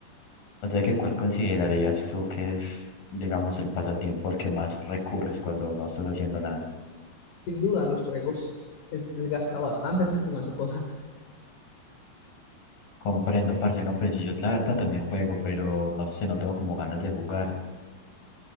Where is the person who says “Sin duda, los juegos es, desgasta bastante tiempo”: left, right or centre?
Left